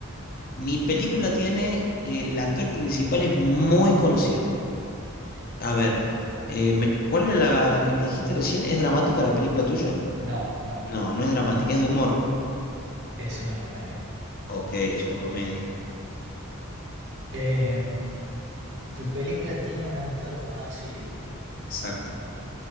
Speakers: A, on the left; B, on the right.
A: Mi película tiene, el actor principal es muy conocido. A
B: Ok.
A: ver, eh, me- ¿cuál era la, la que me dijiste recién? ¿Es dramática la película tuya?
B: No, no,
A: No,
B: no.
A: no es dramática, es de humor.
B: Es una comedia.
A: Ok, es una comedia.
B: Eh, tu película tiene un actor conocido.
A: Exacto.